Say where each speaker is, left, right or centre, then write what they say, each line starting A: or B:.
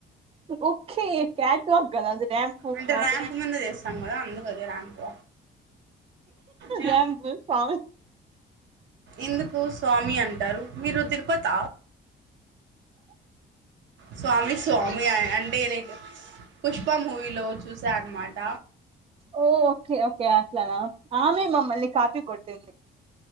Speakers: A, on the right (about 30°); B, on the right (about 70°).
A: ఓకే క్యాట్ వాక్ కదా అది ర్యాంప్ వాక్
B: అంటే
A: కాదు
B: ర్యాంప్ మీద చేస్తాం కదా అందుకుది ర్యాంప్ మ
A: ర్యాంప్ స్వామి
B: ఎందుకు స్వామి అంటారు మీరు తిరుపత స్వామి స్వామి అంటేలైక్ పుష్ప మూవీలో చూసా అన్నమాట
A: ఓ ఓకే ఓకే అట్లనా ఆమె మమ్మల్ని కాపీ కొట్టింది